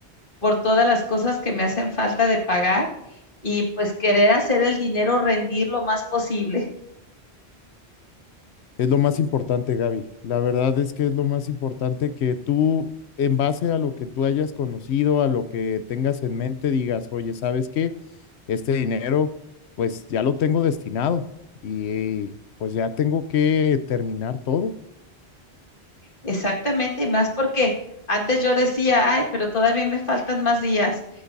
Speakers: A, on the left; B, on the left.
A: por todas las cosas que me hacen falta de pagar y pues querer hacer el dinero rendir lo más posible.
B: Es lo más importante, Gaby. La verdad es que es lo más importante que tú, en base a lo que tú hayas conocido, a lo que tengas en mente, digas, oye, ¿sabes qué? Este dinero pues ya lo tengo destinado y pues ya tengo que terminar todo.
A: Exactamente, y más porque antes yo decía, ay, pero todavía me faltan más días,